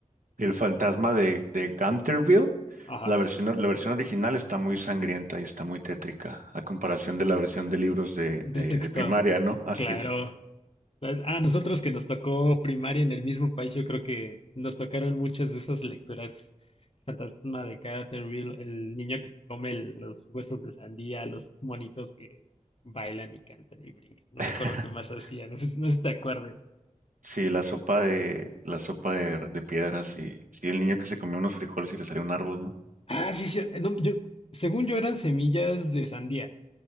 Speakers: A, on the right; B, on the left.
A: El fantasma de, de Gunterville.
B: Ajá,
A: La versión, la versión original está muy sangrienta y está muy tétrica, a comparación de la versión de libros de,
B: de
A: de,
B: texto,
A: de primaria, ¿no? Así
B: claro.
A: es.
B: Pues, A nosotros que nos tocó primaria en el mismo país, yo creo que nos tocaron muchas de esas lecturas. Fantasma de Canterville, el niño que se come el- los huesos de sandía, los monitos que bailan y cantan y brincan. No
A: <laughs>
B: recuerdo qué más hacía, no sé, no sé si te acuerdas.
A: Sí, la sopa de, la sopa de, de piedras y sí, el niño que se comió unos frijoles y le salió un árbol, ¿no?
B: Ah, sí, sí, no, yo, según yo eran semillas de sandía,